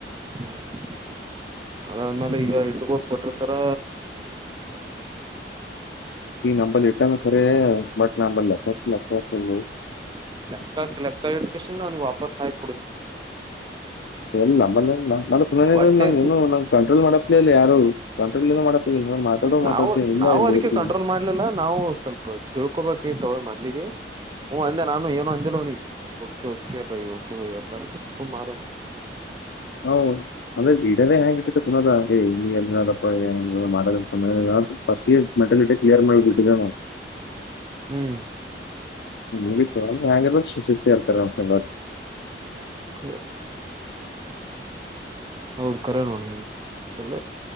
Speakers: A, on the right; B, on the left.
A: ಹ್ಮ್ ಹ್ಮ್ ಅದಾದ್ಮೇಲೆ ಈಗ ಹಟ್ಟಗೋದ್ ಕೊಟ. ತರ
B: ಈ ನಂಬ ಇಟಾನ ಖರ ಬಟ್. ನಂಬಲೆಕ್ಕ ಲಕ್ಕು
A: ಲೆಕ್ಕಕ್ ಲೆಕ್ಕ ಇಟ್ಕೇಶಿಂದ ವಾಪಸ್ ಆ ಎ
B: ಎಲ್ಲ ಬ ನನಕ್ನ
A: ಒಟ್ಟೆ
B: ನಂಗ ಏನು ನಂಗ್ ಕಂಟ್ರೋಲ್ ಮಾಡಕ್ ಇಲ್ಲ ಯಾರು. ಕಂಟ್ರೋಲ್ ಏನು ಮಾಡಪ್ಲೇ ಇಲ್ಲ ನಾನು ಮಾತಾಡೋ
A: ಹ್ಮ್
B: ಮಾತಾಡ್ತೀನಿ
A: ನಾವು
B: ಇಲ್ಲ
A: ನಾವು ಅದಕ್ಕೆ
B: ಮುಗಿಡ್ತೀನಿ
A: ಕಂಟ್ರೋಲ್ ಮಾಡ್ಲಿಲ್ಲ ನಾವು ಸ್ವಲ್ಪ ತಿಳ್ಕೊಬೇಕ. ಮಲಿಗೆ ಅಂದೆ ನಾನ ಏನ ಅಂದೆಲು ನೀ ಓಕೆ ಭೈ ಓಕೆ ಅತ್ತ ಶ ಮಾಡಾರ
B: ಹ್ ಅಂದ್ರೆ ಬಿಡದೇ ಹೆಂಗ್ ಇಟ್ಟತ್ತು ಪುನದ ಏ ಇ ಎಲ್ಲಿದಪ್ಪ ಮಾಡದ ಫಸ್ಟ್ ಇಯರ್ ಮೆಟಲ್ ಇ ಕ್ಲಿಯರ್ ಮಾಡ ಬಿಟ್ಟಿದ್ರ ನಾವು
A: ಹ್ಮ್
B: ಹ ಹಂಗಗೆಲ್ಲ ಶಿಸ್ತಿ ಇರ್ತ ಸಂಗತ್
A: ಹ ಹೌದ ಕರೆ ನೋಡಿ ಹೆಿಂಗ ಚಲ